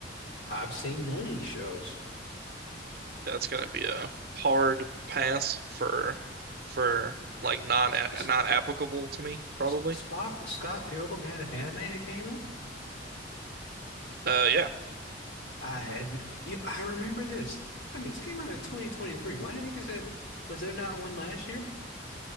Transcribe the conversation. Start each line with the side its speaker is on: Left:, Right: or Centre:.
Left: I've seen none of these shows.
Right: That's gonna be a hard pass for for like non
Left: S-
Right: not applicable to me, probably.
Left: S- Spock, Scott Pilgrim had an anime that came out.
Right: Uh, yeah.
Left: I had, you, I remember this. I mean, this came out in 2023. Why the heck is that? Was there not one last year?